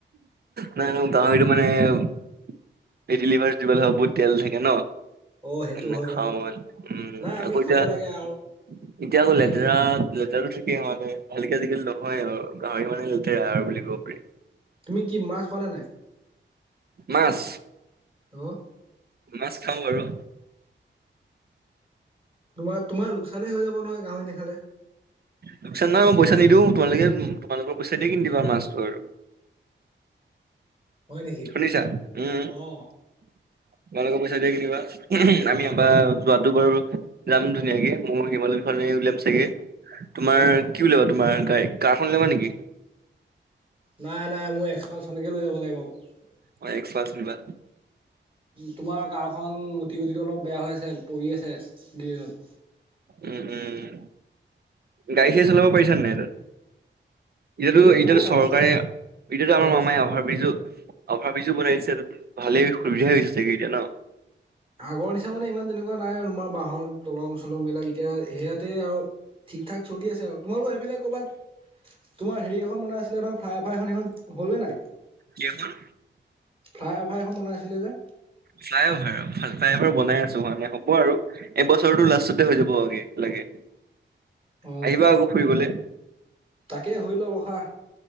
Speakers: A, on the right; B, on the right.
A: নাই গাহৰিতো মানে এই ফেটি লিভাৰ <unintelligible> বহুত তেল থাকে ন।
B: অ সেইটো
A: নাখাও
B: হয় বাৰু
A: মানে উম
B: নাই আমি
A: আক এতিয়া
B: খাব
A: এতিয়া
B: লাগে আৰু
A: আকও
B: কি
A: লেতেৰা
B: কৰিবা
A: লেতেৰা থাকেই মানে ভালকে আজিকালি নহয় আৰু গাহৰি মানে লেতেৰা আৰু বুলি ক'ব পাৰি।
B: তুমি কি মাছ খোৱা নে নাই?
A: মাছ
B: আৰু
A: মাছ খাওঁ বাৰু।
B: তোমাৰ তোমাৰ লোকচানেই হৈ যাব নহয় গাহৰি নাখালে।
A: লোকচান নহয় মই পইচা নিদিওঁ তোমালোকে তোমালোকৰ পইচা দি কিনি দিবা মাছটো আৰু।
B: <inaudible> হয় নেকি
A: সুনিছা উম। তোমালোকৰ
B: অ
A: পইচা দিয়ে কিনিবা আমি এবাৰ যোৱাাতটো বাৰু যাম ধুনীয়াকে মোৰ হিমালয়খন উলিয়াম চাগে তোমাৰ
B: অঁ
A: কি উলিয়াবা তোমাৰ গাড়ি কাৰখন উলাবা নেকি?
B: নাই নাই মোৰ এক্সপালচনকে <inaudible>
A: অ' এক্সপালচ নিবা।
B: তোমাৰ কাৰখন মুটি গটিটো অলপ বেয়া হৈ আছে পৰি আছে গেৰেজত।
A: উম, উম গাড়ী খন চলাব পাৰিছা নাই তাত? ইহতেতো
B: এই
A: এতিয়া
B: ক গাড়ী
A: চৰকাৰে
B: চলা
A: এটিয়াতো আমাৰ
B: গাড়ী
A: মামাই
B: চলাব
A: অভাৰ
B: পাৰ
A: ব্ৰিজ অভাৰ ব্ৰিজও বনাই দিছে। ভালেই সুবিধা হৈছে চাগে এতিয়া ন।
B: আগৰ নিচা মানে ইমান তেনেকুৱা নাই আৰু তোমাৰ বাহৰ দলং চলং বিলাক এতিয়া সেয়াতে আৰু ঠিক ঠাক চলি আছে আৰু। তোমালোক সেইফালে ক'বাত তোমাৰ হেৰি এখন বনাই আছিলে ফ্ৰাই ফাইখন হ'ল নে নাই
A: কেহল
B: ফ্লাইঅভাৰ এখন বনাইছিলে যে
A: ফলাই অভাৰাইভাৰ বনাই আছো হয়ে হ আৰু এইবছৰটোো লাষ্টতে হৈ যাবগে লাগে
B: অ
A: আহিবা আকৌ ফুৰিবলে
B: তাকেই ধ ল কখা